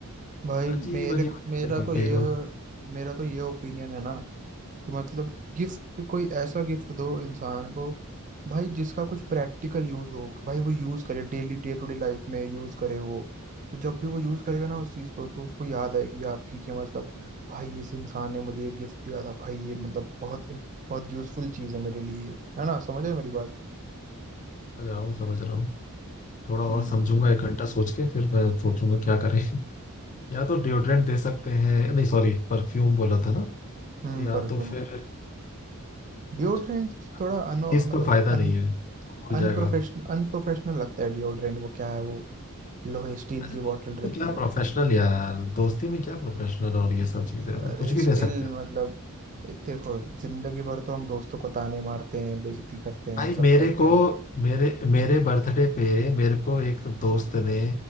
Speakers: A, on the right; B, on the left.
A: भाई
B: अजीब
A: मेरे
B: अजीब हरकतें
A: मेरा
B: करते
A: तो ये
B: हैं ये लोग
A: मेरा तो ये ओपिनियन है ना कि मतलब गिफ्ट कोई ऐसा गिफ्ट दो इंसान को भाई जिसका कुछ प्रैक्टिकल यूज हो भाई वो यूज करे daily day to day life में यूज करे वो तो जब भी वो यूज करेगा ना उस चीज को तो उसको याद आएगी आपकी कि मतलब भाई इस इंसान ने मुझे ये गिफ्ट दिया था भाई ये मतलब बहुत बहुत यूजफुल चीज है मेरे लिए है ना समझ आए मेरी बात
B: समझ रहा हूँ समझ रहा हूँ थोड़ा और
A: हम्म
B: समझूंगा एक घंटा सोच के फिर मैं सोचूंगा क्या करें <laughs> या तो डिओड्रेंट दे सकते हैं नहीं सॉरी परफ्यूम बोला था ना
A: हम्म
B: या
A: परफ्यूम
B: तो फिर
A: डिओड्रेंट
B: कुछ
A: थोड़ा अनो
B: चीज तो
A: मतलब
B: फायदा नहीं है वो भूल जाएगा
A: अनप्रोफेशन अनप्रोफेशनल लगता है डिओड्रेंट वो क्या है वो लोहे स्टील
B: अरे
A: की
B: दोस्ती
A: बोतल
B: में
A: रहती
B: क्या
A: है
B: प्रोफेशनल यार दोस्ती में क्या प्रोफेशनल और ये सब चीजें
A: अरे
B: कुछ भी
A: स्टील
B: दे सकते हैं
A: मतलब देखो जिंदगी भर तो हम दोस्तों को ताने मारते हैं बेइज्जती करते हैं
B: भाई
A: सब
B: मेरे
A: करते
B: को
A: हैं
B: मेरे मेरे बर्थडे पे मेरे को एक दोस्त ने